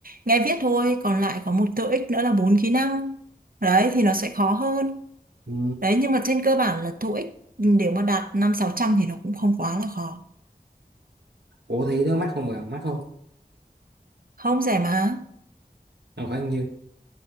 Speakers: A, on the right; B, on the right.
A: nghe viết thôi, còn lại có một TOEIC nữa là bốn kỹ năng. Đấy thì nó sẽ khó hơn
B: Ừ.
A: Đấy nhưng mà trên cơ bản là TOEIC để mà đạt năm sáu trăm thì nó cũng không quá là khó.
B: Ủa thi đó mắc không bà? Mắc không?
A: Không rẻ mà,
B: À, khoảng nhiêu?